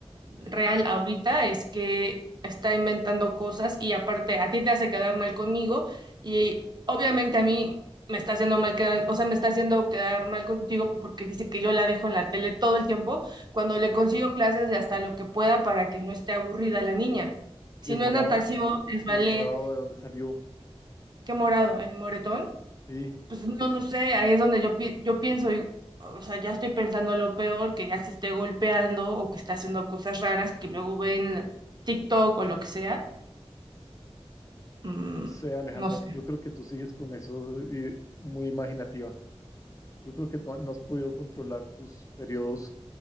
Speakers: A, on the right; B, on the left.
A: real ahorita es que está inventando cosas y aparte a ti te hace quedar mal conmigo y obviamente a mí me está haciendo mal quedar, o sea, me está haciendo quedar mal contigo porque dice que yo la dejo en la tele todo el tiempo cuando le consigo clases de hasta lo que pueda para que no esté aburrida la niña. Si
B: Y el
A: no
B: morado,
A: es natación, es
B: y
A: ballet
B: el morado de dónde salió.
A: ¿Qué morado? ¿El moretón?
B: Sí,
A: Pues no, no sé, ahí es donde yo, pi- yo pienso, y- o sea, ya estoy pensando lo peor, que ya se esté golpeando o que está haciendo cosas raras que luego ven TikTok o lo que sea. Mm,
B: no sé, Alejandra,
A: no sé.
B: yo creo que tú sigues con eso y muy imaginativa. Yo creo que no, no has podido controlar tus periodos